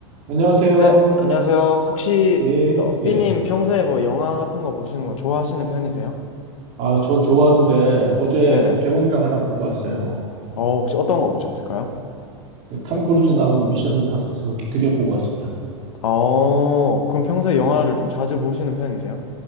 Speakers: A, on the right; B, on the left.
A: 안녕하세요.
B: 네, 안녕하세요. 혹시
A: 예,
B: 어, 삐님
A: 예.
B: 평소에 뭐 영화 같은 거 보시는 거 좋아하시는 편이세요?
A: 아, 저 좋아하는데 어제
B: 네네.
A: 개봉작 하나 보고 왔어요.
B: 어, 혹시 어떤 거 보셨을까요?
A: 그탐 크루즈 나오는 미션 임파서블 드디어 보고 왔습니다.
B: 어, 그럼 평소에 영화를
A: 예.
B: 좀 자주 보시는 편이세요?